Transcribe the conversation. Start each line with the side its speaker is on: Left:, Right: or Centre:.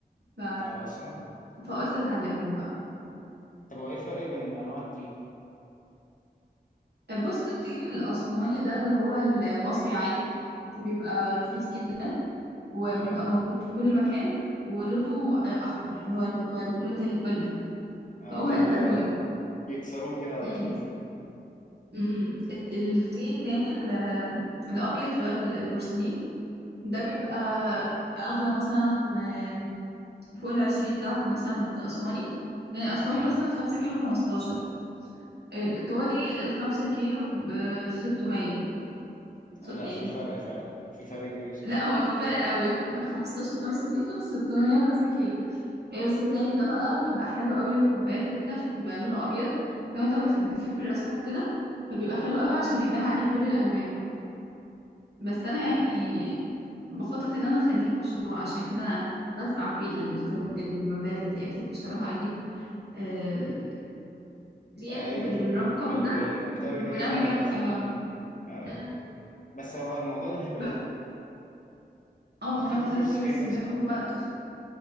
Right: ف...
Left: <laughs> اه اصلا
Right: فقلت اتعلمهم بقى
Left: طب هو ايه الفرق بين انواع التين
Right: بص الطين الأسواني ده اللي هو المصري عادي بيبقى رخيص جدا وبيبقى
Left: اه
Right: موجود في كل مكان ولونه أحمر اللي هو اللي هو لون القلة
Left: اه
Right: هو
Left: ده اللي
Right: ده لونه
Left: بيكسروه كده على
Right: مم.
Left: طول
Right: مم. الت- الطين التاني ال- الأبيض اللي هو البورسلين ده بيبقى أغلى مثلا آم، فوق العشرين ضعف مثلا من الأسواني يعني الأسواني
Left: يا
Right: مثلا خمسة كيلو بخمستاشر الإيطالي الخمسة كيلو بستمية
Left: لا
Right: يعني
Left: في فرق فعلا في فرق كبير
Right: لا هو في فرق <laughs> قوي 15 5 كيلو 600 5 كيلو ايه بس التاني ده بقى بيبقى حلو قوي للكوبايات وكده عشان بيبقى لونه ابيض لو انت بت- بتحب الرسم وكده فبيبقى حلو قوي عشان بيبان عليه كل الالوان بقى بس انا
Left: آه.
Right: يعني بخطط ان انا اخليه مشروع عشان كده انا بدفع فيه الكم- المبالغ دي اكيد مش هروح اجيب آه، طين
Left: ايوه
Right: بالرقم
Left: بال-
Right: ده
Left: بالرقم ده من غير
Right: وناوي
Left: ما
Right: اجمع
Left: يبقى فيه
Right: اجمع
Left: اه
Right: مم.
Left: بس هو الموضوع ده حلو
Right: ب-
Left: قوي
Right: اه الموضوع
Left: انت خدت
Right: مسلي
Left: الكورس فين
Right: بس
Left: اصلا
Right: بياخد وقت